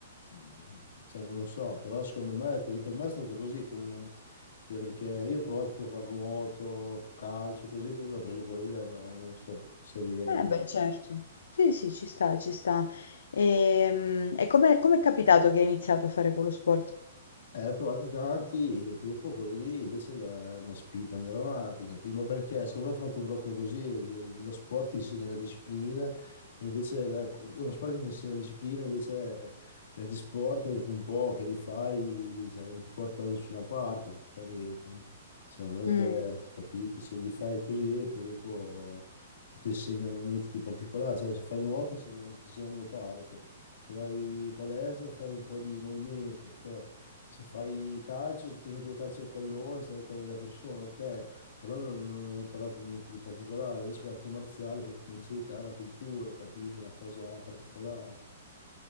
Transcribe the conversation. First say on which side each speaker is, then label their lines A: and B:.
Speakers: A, on the left; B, on the left.
A: Mm, Cioè, non lo so, però secondo me è così. Per me è stato così comunque. Che- Perché io ho provato più a fare nuoto, calcio, così, poi mi ha preso quello lì, ma non so se è vero
B: Eh
A: o meno.
B: beh, certo. Sì, sì, ci sta, ci sta. Ehm, E, come è capitato che hai iniziato a fare quello sport?
A: Eh, ho provati tanti, e poi dopo quello lì invece mi ha, mi ha spinto ad andare avanti, capito? Ma perché secondo me è fatto proprio così, l- lo sport ti insegna la disciplina, e invece la- è uno sport che ti insegna la disciplina, invece eh, gli altri sport dopo un po' che li fai, cioè, non ti porta da nessuna parte praticamente, no? Cioè, non è
B: Mm.
A: che, capito, se li fai così e poi dopo non ti insegnano niente di particolare, cioè se fai nuoto insegnano- ti insegnano a nuotare, ok? Se vai in palestra fai un po' di movimento, ok? Se fai calcio, se tiro con il calcio del pallone, sei quella della persona, ok? Però non, non hai imparato niente di particolare. Invece l'arte marziale, proprio come dicevi te, è una cultura, capito? Una cosa particolare.